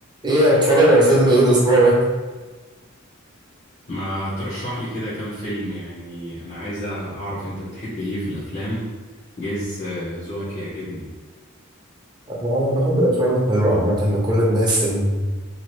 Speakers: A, on the right; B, on the left.
A: ايه اتفرج على فيلم ايه الاسبوع ده
B: ما ترشح لي كده كام فيلم يعني انا عايزة اعرف انت بتحب ايه في الافلام جايز آه، ذوقك يعجبني
A: انا بحب الافلام الحلوه عامه لكل الناس ال-